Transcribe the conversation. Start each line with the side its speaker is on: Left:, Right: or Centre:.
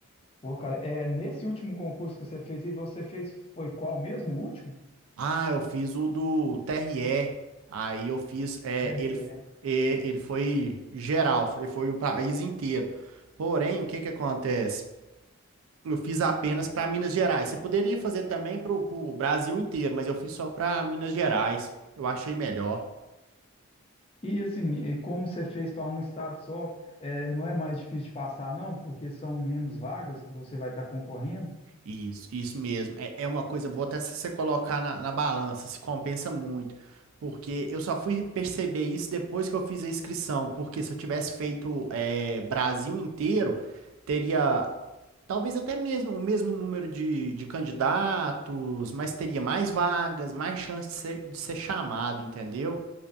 Left: Pô, cara, é nesse último concurso que você fez e você fez foi qual mesmo? O último?
Right: Ah, eu fiz o do TRE, aí eu fiz, é,
Left: É,
Right: ele, é, ele foi geral, foi, foi o país inteiro. Porém, o que que acontece? Eu fiz apenas para Minas Gerais. Você poderia fazer também para o Brasil inteiro, mas eu fiz só para Minas Gerais. Eu achei melhor.
Left: E assim, e como você fez para um estado só, é, não é mais difícil de passar, não, porque são menos vagas que você vai estar concorrendo.
Right: Isso, isso mesmo. É, é uma coisa boa até se você colocar na, na balança, se compensa muito. Porque eu só fui perceber isso depois que eu fiz a inscrição. Porque se eu tivesse feito é, Brasil inteiro, teria talvez até mesmo o mesmo número de, de candidatos, mas teria mais vagas, mais chance de ser, de ser chamado, entendeu?